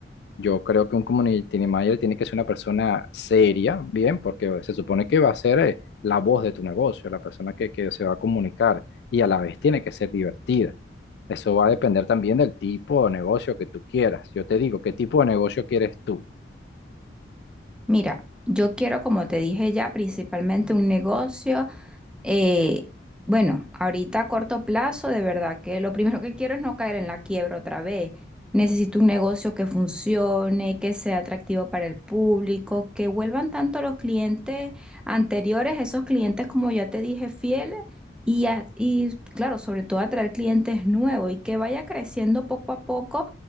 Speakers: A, on the left; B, in the centre.
A: Yo creo que un community manager tiene que ser una persona seria, bien, porque se supone que va a ser eh, la voz de tu negocio, la persona que, que se va a comunicar y a la vez tiene que ser divertida. Eso va a depender también del tipo de negocio que tú quieras. Yo te digo, ¿qué tipo de negocio quieres tú?
B: Mira, yo quiero, como te dije ya, principalmente un negocio. Eh, bueno, ahorita a corto plazo, de verdad que lo primero que quiero es no caer en la quiebra otra vez. Necesito un negocio que funcione, que sea atractivo para el público, que vuelvan tanto los clientes anteriores, esos clientes, como ya te dije, fieles, y, a- y claro, sobre todo atraer clientes nuevos y que vaya creciendo poco a poco.